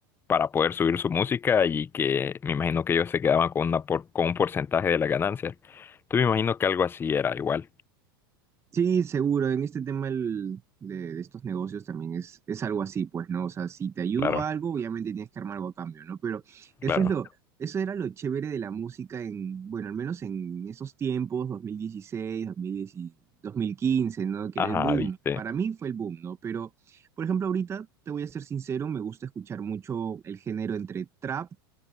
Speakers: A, on the left (about 20°); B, on the right (about 20°).
A: para poder subir su música y que me imagino que ellos se quedaban con una por- con un porcentaje de las ganancias. Entonces me imagino que algo así era igual,
B: Sí, seguro. En este tema el- de, de estos negocios también es, es algo así, pues, ¿no? O sea, si te ayudo
A: claro,
B: a algo, obviamente tienes que armar algo a cambio, ¿no? Pero eso
A: claro.
B: es lo, eso era lo chévere de la música en, bueno, al menos en esos tiempos, dos dos mil mil dieciséis, dos mil diez, dos mil quince, ¿no? Que
A: Ajá,
B: era el boom.
A: viste.
B: Para mí fue el boom, ¿no? Pero, por ejemplo, ahorita, te voy a ser sincero, me gusta escuchar mucho el género entre trap